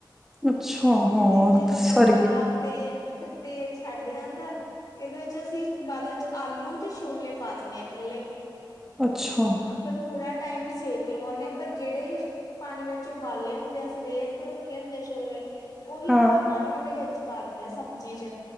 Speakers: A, in the centre; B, on the left.
A: ਅੱਛਾ ਹਾਂ
B: ਫੇਰ ਜਦੋਂ
A: ਸਾਰੇ
B: ਤੜਕਾ ਤੇ ਤੇਲ ਛੱਡ ਜਾਂਦਾ ਇਹਦੇ ਵਿੱਚ ਅਸੀਂ ਬਾਅਦ ਵਿੱਚ ਆਲੂ ਤੇ ਛੋਲੇ ਪਾ ਦੇਨੇ ਆ ਇਕੱਲੇ
A: ਅੱਛਾ
B: ਪਰ ਥੋੜਾ ਟਾਈਮ ਸੇਕ ਲਵਾਉਂਨੇ ਆਂ ਪਰ ਜਿਹੜੇ ਪਾਨੀ ਵਿੱਚ ਉਬਾਲੇ ਹੁੰਦੇ ਆ ਸਵੇਰ ਤੋਂ ਰੱਖੇ ਹੁੰਦੇ ਆ ਛੋਲੇ ਉਹੀ
A: ਹਾਂ
B: ਵਾਲਾ ਪਾਨੀ ਉਹਦੇ ਵਿੱਚ ਪਾ ਦਿੰਨੇ ਹਾਂ ਸਬਜ਼ੀ ਚ